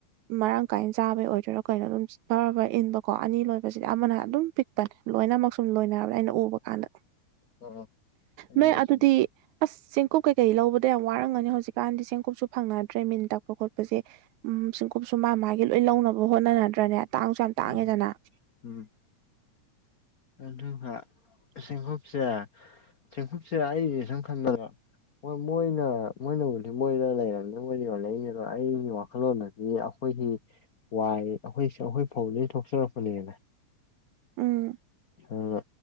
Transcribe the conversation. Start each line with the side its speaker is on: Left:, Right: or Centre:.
Right: ꯃꯔꯥꯡ ꯀꯥꯏꯅ ꯆꯥꯕꯩ ꯑꯣꯏꯗꯣꯏꯔꯣ ꯀꯩꯅꯣ ꯑꯗꯨꯝ ꯐꯔ ꯐꯔ ꯏꯟꯕꯀꯣ ꯑꯅꯤ ꯂꯣꯏꯕꯁꯤꯗꯤ ꯑꯃꯅ ꯑꯗꯨꯝ ꯄꯤꯛꯄꯅꯦ ꯂꯣꯏꯅꯃꯛ ꯁꯨꯝ ꯂꯣꯏꯅꯔꯕ꯭ꯔꯥ ꯑꯩꯅ ꯎꯕ ꯀꯥꯟꯗ
Left: ꯑꯣ ꯑꯅꯤꯅ
Right: ꯅꯣꯏ ꯑꯗꯨꯗꯤ
Left: ꯁꯨꯝꯕꯅꯤ
Right: ꯑꯁ ꯆꯦꯡꯀꯨꯞ ꯀꯩꯀꯩ ꯂꯧꯕꯗ ꯌꯥꯝ ꯋꯥꯔꯝꯒꯅꯤ ꯍꯧꯖꯤꯛ ꯀꯀꯥꯟꯗꯤ ꯆꯦꯡꯀꯨꯞꯁꯨ ꯐꯪꯅꯗ꯭ꯔꯦ ꯃꯤꯟ ꯇꯄ ꯈꯣꯠꯄ ꯈꯣꯠꯄꯁꯦ ꯎꯝ ꯁꯤꯡꯀꯨꯞꯁꯨ ꯃꯥ ꯃꯥꯒꯤ ꯂꯣꯏ ꯂꯧꯅꯕ ꯍꯣꯠꯅꯗ꯭ꯔꯅꯦ ꯇꯥꯡꯁꯨ ꯌꯥꯝ
Left: ꯎꯝ
Right: ꯇꯥꯡꯉꯦꯗꯅ
Left: ꯎꯝ ꯑꯗꯨꯒ ꯁꯦꯡꯀꯨꯞꯁꯦ ꯁꯦꯡꯀꯨꯞꯁꯦ ꯑꯩꯁꯦ ꯁꯨꯝ ꯈꯟꯗꯣ ꯍꯣꯏ ꯃꯣꯏꯅ ꯃꯣꯏꯅ ꯎꯁꯤ ꯃꯣꯏꯅ ꯂꯩꯔꯕꯝꯅꯤ ꯃꯣꯏ ꯌꯜꯂꯛꯏꯅꯦꯕ ꯑꯩꯒꯤ ꯋꯥꯈꯜꯂꯣꯟꯗꯗꯤ ꯑꯩꯈꯣꯏꯒꯤ ꯋꯥꯏ ꯑꯩꯈꯣꯏ ꯑꯩꯈꯣꯏ ꯐꯧꯗꯒꯤ ꯊꯣꯛꯆꯔꯛꯄꯅꯦꯅ
Right: ꯎꯝ
Left: ꯑꯗꯨꯅ